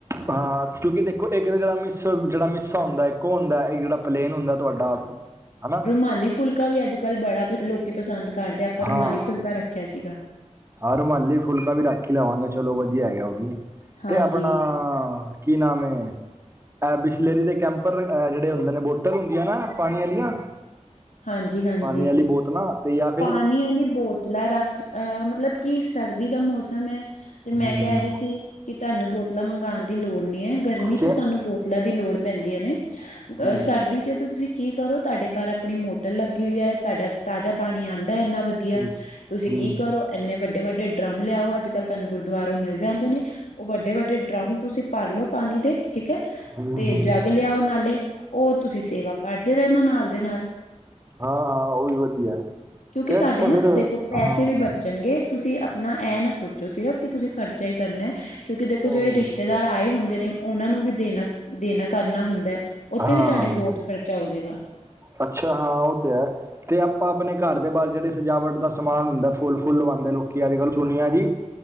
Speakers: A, on the right; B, on the left.
A: ਹਾਂ ਕਿਉਂਕਿ ਦੇਖੋ ਇੱਕ ਤਾਂ ਜੇੜਾ ਮਿਸ ਜੇੜਾ ਮਿਸਾ ਹੁੰਦਾ ਇੱਕੋ ਹੁੰਦਾ ਇੱਕ ਜੇੜਾ ਪਲੇਨ ਹੁੰਦਾ ਤਵਾਡਾ। ਹੈਨਾ।
B: ਰੁਮਾਲੀ ਫੁਲਕਾ ਵੀ ਅੱਜ ਕੱਲ੍ਹ ਬੜਾ ਲੋਕੀ ਪਸੰਦ ਕਰਦੇ ਆਪਾਂ ਰੁਮਾਲੀ
A: ਹਾਂ
B: ਫੁਲਕਾ ਰੱਖਿਆ ਸੀਗਾ।
A: ਹਾਂ ਰੁਮਾਲੀ ਫੁਲਕਾ ਵੀ ਰੱਖ ਹੀ ਲਵਾਂਗੇ ਚਲੋ ਵਧੀਆ ਹੈਗਾ ਉਹ ਵੀ।
B: ਹਾਂਜੀ।
A: ਤੇ ਆਪਣਾ ਕੀ ਨਾਮ ਏ, ਅਹ ਬਿਸਲੇਰੀ ਦੇ ਕੈਂਪਰ ਜੇੜੇ ਹੁੰਦੇ ਨੇ ਬੋਤਲ ਹੁੰਦੀਆਂ ਨਾ ਪਾਣੀ ਆਲੀਆਂ।
B: ਹਾਂਜੀ-ਹਾਂਜੀ,
A: ਪਾਣੀ ਵਾਲੀ ਬੋਤਲਾਂ ਤੇ ਯਾ,
B: ਪਾਣੀ ਆਲੀ ਬੋਤਲਾਂ ਰੱਖ ਅਹ ਮਤਲਬ ਕਿ ਸਰਦੀ ਦਾ ਮੌਸਮ ਹੈ, ਤੇ ਮੈਂ
A: ਹੂੰ
B: ਕਹਿ ਰਹੀ ਸੀ ਕਿ ਤੁਹਾਨੂੰ ਬੋਤਲਾਂ ਮੰਗਾਣ ਦੀ ਲੋੜ ਨੀ ਹੈ ਗਰਮੀ
A: ਕਿਆ
B: ਚ ਸਾਨੂੰ ਬੋਤ ਲਾਂ ਦੀ ਲੋੜ ਪੈਂਦੀਆਂ ਨੇ
A: ਹੂੰ
B: ਅਹ ਸਰਦੀ ਚ ਤੁਸੀਂ ਕੀ ਕਰੋ ਤੁਹਾਡੇ ਘਰ, ਆਪਣੀ ਮੋਟਰ ਲੱਗੀ ਹੋਈ ਹੈ ਤੁਹਾਡਾ ਤਾਜ਼ਾ ਪਾਣੀ ਆਂਦਾ ਇੰਨਾ ਵਧੀਆ
A: ਹੂੰ
B: ਤੁਸੀਂ
A: ਹੂੰ
B: ਕੀ ਕਰੋ, ਇੰਨੇ ਵੱਡੇ ਵੱਡੇ ਡਰਮ ਲਿਆਓ ਅੱਜ ਕੱਲ੍ਹ ਤੁਹਾਨੂੰ ਗੁਰੂਦਵਾਰਯੋ ਮਿਲ ਜਾਂਦੇ ਨੇ ਉਹ ਵੱਡੇ ਵੱਡੇ ਡਰਮ ਤੁਸੀਂ, ਭਰ ਲੋ ਪਾਣੀ ਦੇ। ਠੀਕ ਹੈ
A: ਹੂੰ ਹੂੰ,
B: ਤੇ
A: ਹੂੰ।
B: ਜਗ ਲਿਆਓ ਨਾਲੇ ਉਹ ਤੁਸੀਂ ਸੇਵਾ ਕਰਦੇ ਰਹਨਾ ਨਾਲ ਦੇ ਨਾਲ।
A: ਹਾਂ ਹਾਂ ਉਹ ਵੀ ਵਧੀਆ।
B: ਕਿਉਂਕਿ
A: ਤੇ
B: ਤੁਹਾਡੇ
A: ਅੱਛਾ
B: ਨਾ
A: ਫਿਰ ਹਾਂ
B: ਦੇਖੋ ਪੈਸੇ ਵੀ ਬਚਣਗੇ, ਤੁਸੀਂ ਆਪਣਾ ਇਹ ਨਾ ਸੋਚੋ ਸਿਰਫ ਕਿ ਤੁਸੀਂ ਖਰਚਾ ਹੀ ਕਰਨਾ। ਕਿਉਂਕਿ ਦੇਖੋ
A: ਨਹੀਂ
B: ਜੇੜੇ
A: ਨਹੀਂ
B: ਰਿਸ਼ਤੇਦਾਰ
A: ਨਹੀਂ।
B: ਆਏ ਹੁੰਦੇ ਨੇ ਉਹਨਾਂ ਨੂੰ ਵੀ ਦੇਣਾ ਦੇਣਾ ਕਰਨਾ ਹੁੰਦਾ ਹੈ। ਉੱਥੇ
A: ਹਾਂ
B: ਵੀ ਤੁਹਾਡੇ
A: ਹਾਂ
B: ਬਹੁਤ ਖਰਚਾ ਹੋਜੇਗਾ।
A: ਅੱਛਾ ਹਾਂ ਉਹ ਤੇ ਹੈ। ਤੇ ਆਪਾਂ ਆਪਣੇ ਘਰ ਦੇ ਬਾਹਰ ਜੇੜੇ ਸਜਾਵਟ ਦਾ ਸਮਾਨ ਹੁੰਦਾ ਫੁੱਲ ਫੁੱਲ ਲਵਾਉਂਦੇ ਲੋਕੀ ਅੱਜ ਕੱਲ੍ਹ ਸੁੁਨੀਆ ਜੀ।